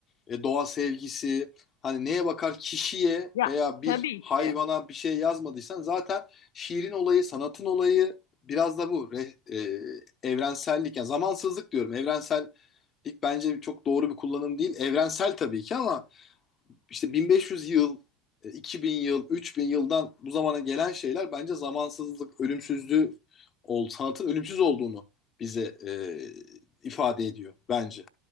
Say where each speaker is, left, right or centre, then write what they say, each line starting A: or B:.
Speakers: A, on the left; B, on the left.
A: e, doğa sevgisi hani neye bakar kişiye
B: Ya
A: veya bir
B: tabii
A: hayvana
B: ki
A: bir şey yazmadıysan zaten şiirin olayı, sanatın olayı biraz da bu Re- e, evrensellik yani zamansızlık diyorum. Evrensellik bence çok doğru bir kullanım değil. Evrensel tabii ki ama işte 1500 yıl, e, 2000 yıl, 3000 yıldan bu zamana gelen şeyler bence zamansızlık, ölümsüzlüğü ol, sanatın ölümsüz olduğunu bize e, ifade ediyor bence.